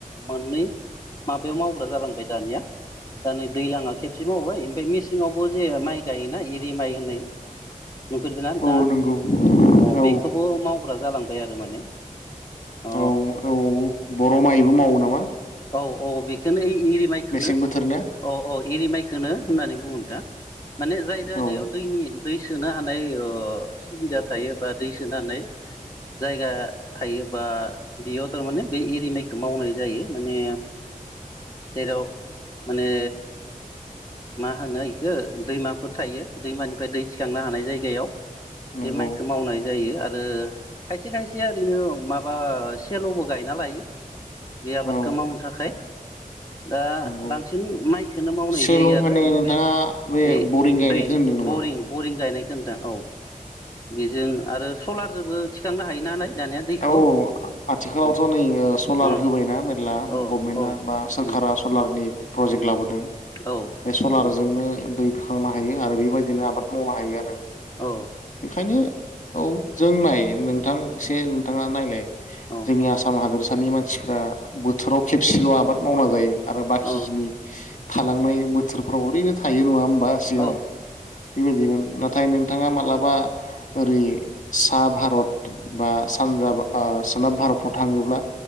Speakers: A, on the left; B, on the left.
A: मोननै माबायाव मावग्रा जालांबाय दानिया दा नै दैलाङा खेबसे मावबाय बे मेसेंआवबो जे माइ गायोना एरि माइ होननाय नफेरदों ना नोंथाङा
B: औ
A: अ
B: नंगौ औ
A: बेखौबो मावग्रा जालांबाय आरो माने अ
B: औ औ बर माइबो मावो नामा
A: औ औ बेखौनो एरि माइखौनो
B: मेसें बोथोर ना
A: अ औ एरि माइखौनो होननानै बुङ दा माने जाय जायगायाव
B: औ
A: दैनि दै सोनो हानाय ओ सुबिदा थायो बा दै सोनाय जायगा थायो बा बेयाव थारमाने बे एरि माइखौ मावनाय जायो माने जेराव माने मा होनो बेखौ दैमाफोर थायो दैमानिफ्राय दै थिखांनो हानाय जायो। <unintelligible> याव
B: नंगौ
A: बे माइखौ मावनाय जायो आरो आरो खायसे खायसे ओरैनो माबा सेलबो गायना लायो। बे आबादखौ
B: औ
A: मावनो थाखाय। दा
B: नंगौ
A: बांसिन माइखौनो मावनाय
B: सेल'
A: जायो आरो
B: माने
A: बेनिफ्राय
B: नोंथाङा बे
A: ओइ
B: बरिं गायनायखौ
A: दै
B: होनदों नामा
A: बरिं बरिं गायनायख दां औ बेजों आरो सलारजोंबो थिखांनो हायो नालाय। दानिया दैखौ
B: औ आथिखालावथ
A: अ
B: नै सलार
A: अ
B: होबायना मेर्ला
A: औ
B: गभारमेन्टआ
A: औ
B: बा सोरखारा
A: उम
B: सलारनि प्रजेक्ट
A: उम
B: लाबोदों
A: औ
B: बे सलारजोंनो।
A: औ
B: दैखांना। हायो आरो बेबायदिनो आबाद मावनो हायो आरो
A: औ
B: बेखायनो औ जों नाय नोंथां सेल बिथाङा नायलाय
A: औ
B: जोंनि आसाम हादोर थानि मानसि ओ बोथोराव खेबसेल' आबाद मावना जायो। आरो
A: औ
B: बाखिखिनि
A: औ
B: थालांनाय बोथोरफ्राव ओरैनो थायो नङा होम बा सिगां
A: औ दा औ
B: बेबायदिमोन नाथाय नों नोंथाङा मालाबा ओरै सा भारत सानजाब सोनाब भारतफ्राव थाङोब्ला